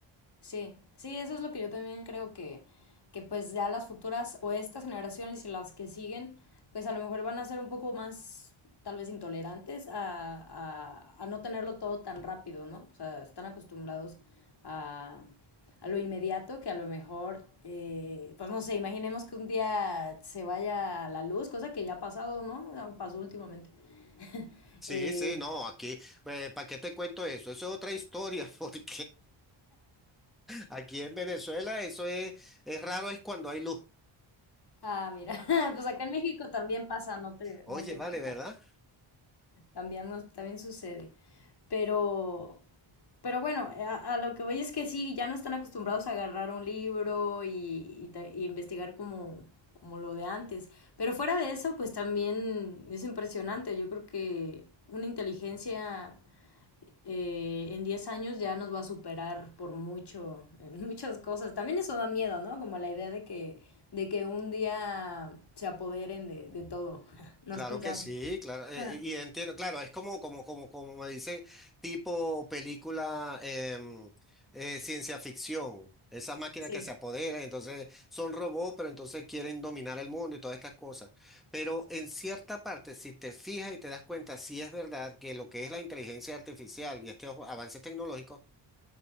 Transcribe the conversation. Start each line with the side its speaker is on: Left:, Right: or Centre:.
Left: Sí, sí, eso es lo que yo también creo que, que pues ya las futuras o estas generaciones y las que siguen, pues a lo mejor van a ser un poco más tal vez intolerantes a, a, a no tenerlo todo tan rápido, ¿no? O sea, están acostumbrados a, a lo inmediato que a lo mejor, eh, pues no sé, imaginemos que un día se vaya la luz, cosa que ya ha pasado, ¿no? Pasó últimamente. <laughs>
Centre: Sí,
Left: Eh,
Centre: sí, no, aquí, ¿para qué te cuento eso? Eso es otra historia, <laughs> porque aquí en Venezuela eso es, es raro, es cuando hay luz.
Left: ah, mira, <laughs> pues acá en México también pasa, no te,
Centre: Oye,
Left: no te
Centre: vale,
Left: creas.
Centre: ¿verdad?
Left: También, nos- también sucede. Pero, pero bueno, a, a lo que voy es que sí, ya no están acostumbrados a agarrar un libro y, y ta- y investigar como, como lo de antes. Pero fuera de eso, pues también es impresionante. Yo creo que una inteligencia eh, en 10 años ya nos va a superar por mucho, en <laughs> muchas cosas. También eso da miedo, ¿no? Como la idea de que, de que un día se apoderen de, de todo. <laughs> ¿No
Centre: Claro
Left: has pensado?
Centre: que sí,
Left: en eso?
Centre: claro, eh,
Left: Ah,
Centre: y y entiendo, claro, es como, como, como, como me dicen, tipo película em, eh, ciencia ficción, esas máquinas
Left: Sí.
Centre: que se apoderan, entonces son robots, pero entonces quieren dominar el mundo y todas estas cosas. Pero en cierta parte, si te fijas y te das cuenta, sí es verdad que lo que es la inteligencia artificial y estos avances tecnológicos